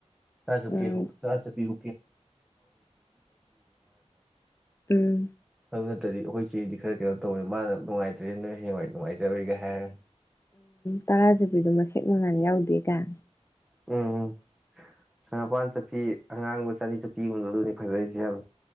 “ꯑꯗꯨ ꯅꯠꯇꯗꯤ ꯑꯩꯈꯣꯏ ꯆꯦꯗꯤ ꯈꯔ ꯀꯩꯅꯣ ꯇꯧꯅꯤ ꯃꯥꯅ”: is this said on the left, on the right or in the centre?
Centre